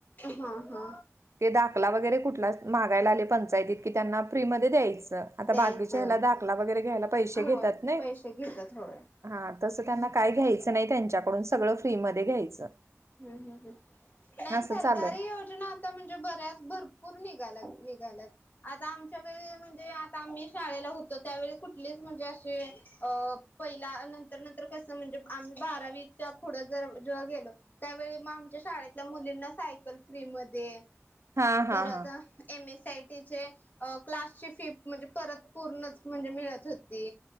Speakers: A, on the left; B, on the right.
A: हा हा.
B: ते दाखला वगैरे कुठला मागायला आले पंचायतीत. कि त्यांना फ्री मध्येम द्यायचं आता
A: द्यायचं
B: बाकीच्या ह्याला दाखला वगैरे घ्यायला पैसे
A: होय
B: घेतात नाही.
A: पैसे घेतात होय.
B: हा तसं त्यांना काय घ्यायचं नाही त्यांच्याकडून सगळं फ्रीमध्ये घ्यायचं.
A: हम्म हम्म नाही
B: असं
A: सरकारी
B: चालय
A: वट ना आत्ता म्हणजे बऱ्याच भरपूर निघाल्यात निघाल्यात. आता आमच्या वेळी म्हणजे आता आम्ही शाळेला होतो त्यावेळी कुठलीच म्हणजे अशी अ पहिल्या नंतर-नंतर कसं म्हणजे आम्ही बारावीच्या पुढं जर जेव्हा गेलो त्यावेळी म आमच्या शाळेतल्या मुलींना सायकल फ्रीमध्ये
B: हा
A: परत
B: हा हा
A: M S C I T चे अ क्लासची फी म्हणजे परत पूर्णच म्हणजे मिळत होती.